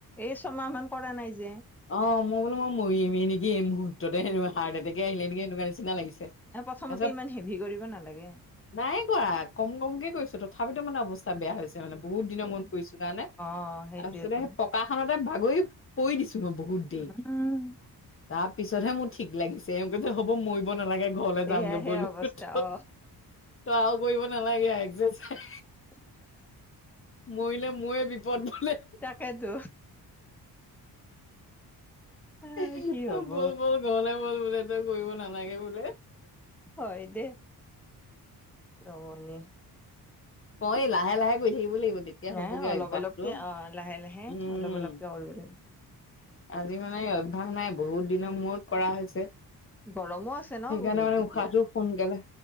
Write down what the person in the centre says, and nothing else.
এই ছমাহ মান কৰা নাই যে।
ন প্ৰথমতে
ইমান হেভি কৰিব নালাগে।
তথাপি
অ সেইটোয়েতো
উম
এয়াহে
অৱস্থা
অ
<inaudible>
তাকেতো আহ,
কি হব
হয় দে অ, নি
ন,
অলপ,
অলপকে অ, লাহে, লাহে
অলপ অলপকে ওলবম।
গৰমো আছে ন বহুত
এতিয়া